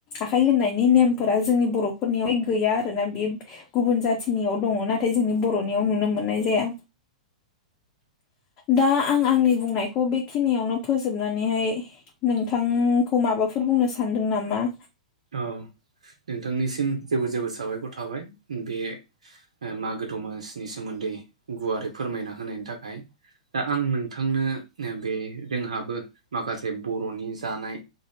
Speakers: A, on the left (about 35°); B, on the right (about 75°).
A: आखाइ होननायनि नेमफोरा जोंनि बर'फोरनियावाय गैया आरोना बे गुबुन जाथिनियाव दङ नाथाय जोंनि बर'नियाव नुनो मोननाय जाया। दा आं आंनि बुंनायखौ बेखिनियावनो फोजोबनानैहाय नोंथांखौ माबाफोर बुंनो सानदों नामा?
B: ओ नोंथांनिसिम जेबो जेबो साबायखर थाबाय बे मागो दमसिनि सोमोन्दै गुवारै फोरमायना होनायनि थाखाय दा आं नोंथा थांनो नो बे जोंहाबो माखासे बर'नि जानाय